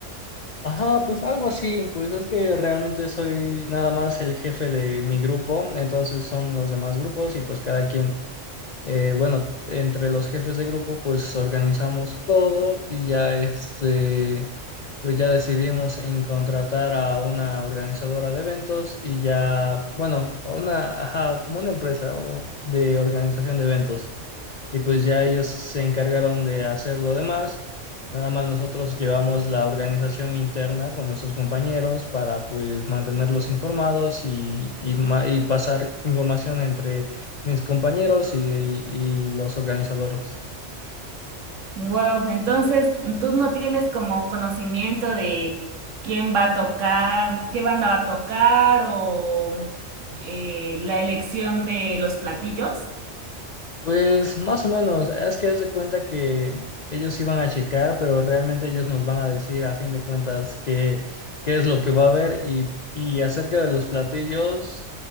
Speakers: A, on the left; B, on the right.
A: Ajá, pues algo así, pues es que realmente soy nada más el jefe de mi grupo, entonces son los demás grupos y pues cada quien, eh, bueno, entre los jefes de grupo pues organizamos todo y ya este... pues ya decidimos en contratar a una organizadora de eventos y ya, bueno, a una, ajá, como una empresa o de organización de eventos. Y pues ya ellos se encargaron de hacer lo demás. Nada más nosotros llevamos la organización interna con nuestros compañeros para pues mantenerlos informados y, y, ma- y pasar información entre mis compañeros y y los organizadores.
B: Wow, entonces tú no tienes como conocimiento de quién va a tocar, qué banda va a tocar o eh, la elección de los platillos.
A: Pues más o menos, es que haz de cuenta que ellos iban a checar, pero realmente ellos nos van a decir a fin de cuentas qué, qué es lo que va a haber y, y acerca de los platillos